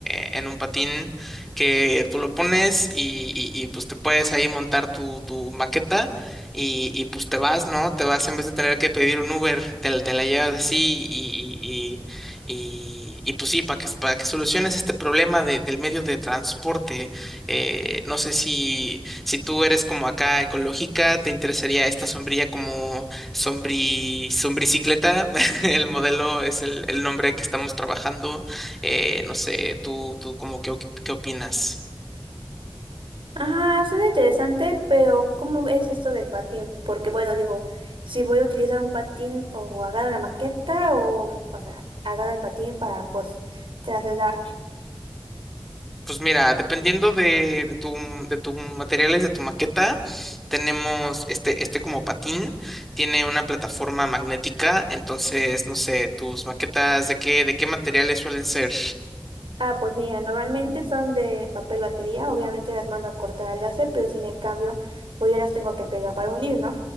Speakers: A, in the centre; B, on the right.
A: eh, en un patín que tú lo pones y, y- y, pues te puedes ahí montar tu, tu maqueta y, y, pues te vas, ¿no? Te vas en vez de tener que pedir un Uber, te, la te la llevas así y, y, y, y, y, pues sí, para que, para que soluciones este problema de- del medio de transporte. eh, no sé si... Si tú eres como acá ecológica, te interesaría esta sombrilla como sombri, sombricicleta. <laughs> El modelo es el, el nombre que estamos trabajando. Eh, no sé, tú, tú como qué, qué opinas.
B: Ajá, suena interesante, pero ¿cómo es esto del patín? Porque bueno, digo, si voy a utilizar un patín o agarro la maqueta o, o sea, agarro el patín para pues trasladarme.
A: Pues mira, dependiendo de, de tu, de tus materiales, de tu maqueta, tenemos este, este como patín, tiene una plataforma magnética, entonces, no sé, tus maquetas, ¿de qué, de qué materiales suelen ser?
B: Ah, pues mira, normalmente son de papel batería, obviamente las mando a cortar al láser, pero sin en cambio, pues ya las tengo que pegar para unir, ¿no?